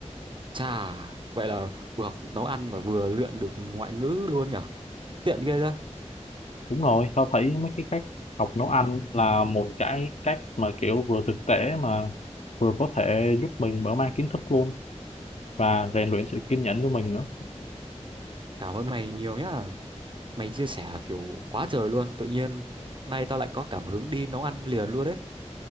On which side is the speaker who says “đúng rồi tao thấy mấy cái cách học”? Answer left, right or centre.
Left